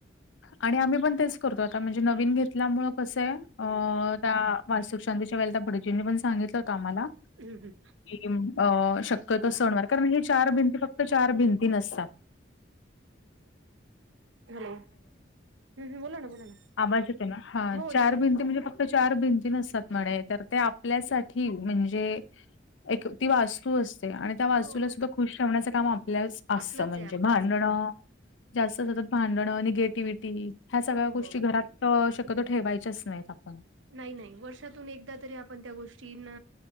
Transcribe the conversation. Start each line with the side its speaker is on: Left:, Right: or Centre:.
Left: आणि आम्ही पण तेच करतो आता म्हणजे नवीन घेतल्यामु कसं आहे अ त्या. वास्तुिक शांतीच्या वेळेला तर भडजींनी पण सांगितलं होत आम्हाला.
Right: हम् हम्,
Left: क अ शक्यतो सणवर कारण हे चार भिंती फक्त चार भिंती नसतात.
Right: हॅलो, हम्म बोला ना बोला ना
Left: आबाज येत ना हा
Right: हो येतोय
Left: चार
Right: ना
Left: भिंती म्हणजे फक्त. चार भिंती नसतात म्हणे तर ते आपल्यासाठी म्हणजे. एक ती वास्तू असते आणि त्या वास्तूला
Right: हो.
Left: सुद्धा खुश ठेवण्याचं काम आपल्याच. असं
Right: आपलंच
Left: म्हणजे
Right: आहे आपलंच
Left: भांडणं.
Right: आहे
Left: जास्त सतत भांडणं निगेटिव्हिटी ह्या सगळ्या
Right: हो
Left: गोष्टी
Right: हो
Left: घरात. त शक्यतो ठेवायचेच नाहीत आपण.
Right: नाही नाही वर्षातून एकदा तरी आपण त्या गोष्टीना.